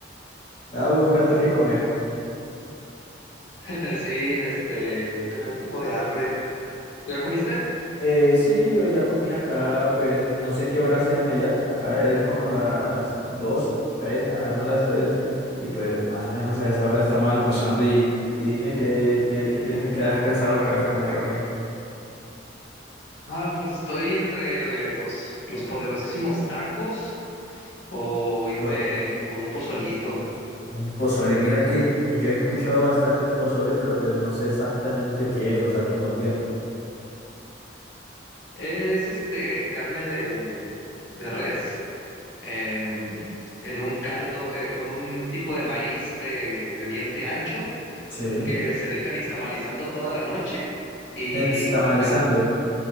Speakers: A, on the left; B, on the left.
A: Estaba buscando qué comer.
B: <laughs> Sí, este, tenía un poco de hambre. ¿Tú ya comiste?
A: Eh, sí, yo ya comí acá, pues no sé qué horas sean allá. Acá es como las 2, 3. acá son las 3 y pues más o menos a esa hora estamos almorzando y, y dime qué, qué, qué, piens- qué has pensado que vas a comer o qué.
B: Ah, pues estoy entre eh, los, los poderosísimos tacos o irme
A: Lo,
B: por un pozolito.
A: un pozole, mira que yo he escuchado bastante el pozole, pero pues no sé exactamente qué es, o sea, qué contiene.
B: Es este carne de, de res em, en un caldo eh, con un tipo de maíz de, de diente ancho
A: Sí.
B: que se dejan nixtamalizando toda la noche y
A: Nixtamalizando,
B: con cal.